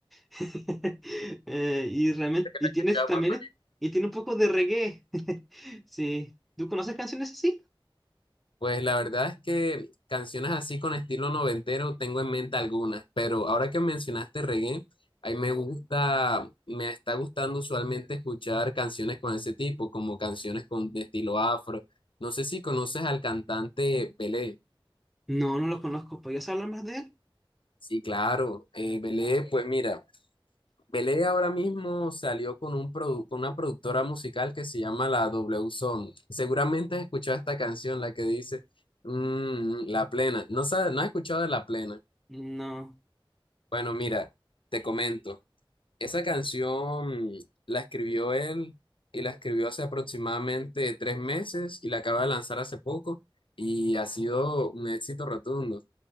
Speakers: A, in the centre; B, on the left.
A: <laughs> Eh, y realmente,
B: Escuchado
A: y tienes también,
B: por películas.
A: y tiene un poco de reggae. <laughs> Sí. ¿Tú conoces canciones así?
B: Pues la verdad es que canciones así con estilo noventero tengo en mente algunas, pero ahora que mencionaste reggae, ahí me gusta, me está gustando usualmente escuchar canciones con ese tipo, como canciones con de estilo afro. No sé si conoces al cantante Pelé.
A: No, no lo conozco. ¿Podrías hablar más de él?
B: Sí, claro. Eh, Belé, pues mira, Belé ahora mismo salió con un produ- con una productora musical que se llama la W Zone. Seguramente has escuchado esta canción, la que dice mm, La Plena. No sabes, no has escuchado de La Plena.
A: No.
B: Bueno, mira, te comento. Esa canción la escribió él y la escribió hace aproximadamente tres meses y la acaba de lanzar hace poco y ha sido un éxito rotundo.